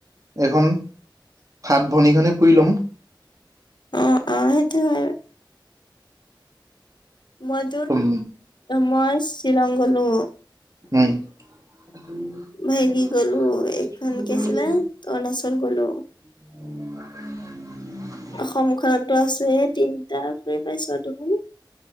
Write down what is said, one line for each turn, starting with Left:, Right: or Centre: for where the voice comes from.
Right: এইখন সাত ভনী খনে ফুৰি লম।
Left: অ, আহ, সেইটো আৰু। মইটো
Right: উম।
Left: মই শ্বিলং গলো।
Right: উম,
Left: হেৰি গলো এইখন কি আছিলে অৰুণাচল গ'লো।
Right: অ <unintelligible>
Left: অসমখনতো আছো তিনটা ফুৰি পাইছো আৰু। তুমি?